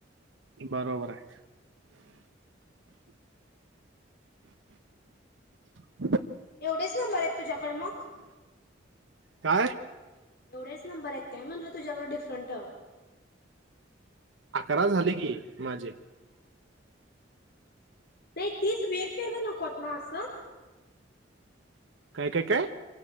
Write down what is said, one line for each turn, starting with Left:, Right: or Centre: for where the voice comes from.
Right: बरोबर आहे <inaudible>
Left: एवढेच नंबर आहेत तुझ्याकडे मग <inaudible>
Right: काय
Left: एवढेच नंबर आहेत काय म्हणलं तुझ्याकडे डिफरंट
Right: खरा झाली की माझे
Left: नाही तीच <unintelligible> नकोत ना असं
Right: काय काय काय